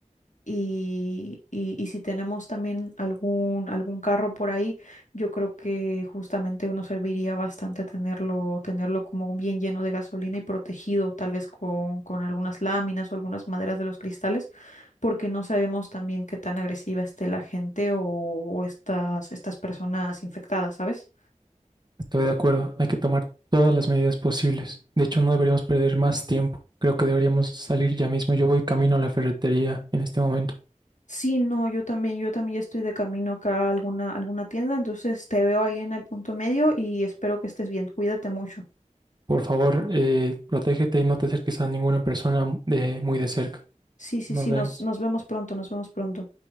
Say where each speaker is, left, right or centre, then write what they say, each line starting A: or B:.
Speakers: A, on the left (about 70°); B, on the right (about 35°).
A: Y, y, y si tenemos también algún, algún carro por ahí, yo creo que justamente nos serviría bastante tenerlo, tenerlo como bien lleno de gasolina y protegido, tal vez con, con algunas láminas o algunas maderas de los cristales, porque no sabemos también qué tan agresiva esté la gente o, o estas, estas personas infectadas, ¿sabes?
B: Estoy de acuerdo, hay que tomar todas las medidas posibles. De hecho, no deberíamos perder más tiempo. Creo que deberíamos salir ya mismo. Yo voy camino a la ferretería en este momento.
A: Sí, no, yo también, yo también ya estoy de camino acá a alguna, alguna tienda, entonces te veo ahí en el punto medio y espero que estés bien. Cuídate mucho.
B: Por favor, eh, protégete y no te acerques a ninguna persona de muy de cerca.
A: Sí, sí,
B: Nos
A: sí,
B: vemos.
A: nos, nos vemos pronto, nos vemos pronto.